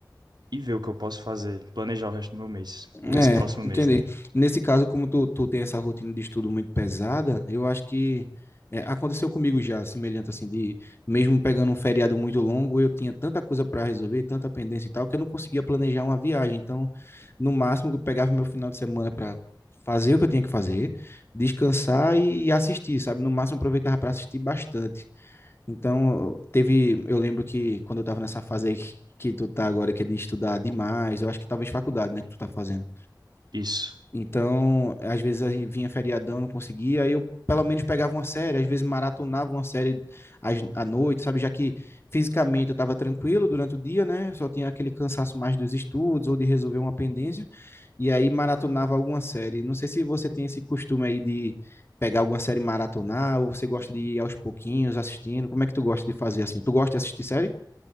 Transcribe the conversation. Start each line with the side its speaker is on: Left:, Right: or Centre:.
Right: e ver o que eu posso fazer. Planejar o resto do meu mês. O
Left: É,
Right: esse próximo
Left: entendi.
Right: mês, né?
Left: Nesse caso, como tu, tu tem essa rotina de estudo muito pesada, eu acho que é, aconteceu comigo já, semelhante assim, de mesmo pegando um feriado muito longo, eu tinha tanta coisa para resolver, tanta pendência e tal, que eu não conseguia planejar uma viagem. Então, no máximo, eu pegava meu final de semana para fazer o que eu tinha que fazer, descansar e, e assistir, sabe? No máximo, eu aproveitava para assistir bastante. Então, teve, eu lembro que quando eu estava nessa fase aí que, que tu tá agora, que é de estudar demais, eu acho que talvez faculdade, né, que tu tá fazendo.
Right: Isso.
Left: Então, às vezes a gente vinha feriadão, não conseguia, aí eu pelo menos pegava uma série, às vezes maratonava uma série às- à noite, sabe? Já que fisicamente eu estava tranquilo durante o dia, né? Só tinha aquele cansaço mais dos estudos ou de resolver uma pendência, e aí maratonava alguma série. Não sei se você tem esse costume aí de pegar alguma série e maratonar, ou você gosta de ir aos pouquinhos assistindo. Como é que tu gosta de fazer assim? Tu gosta de assistir série?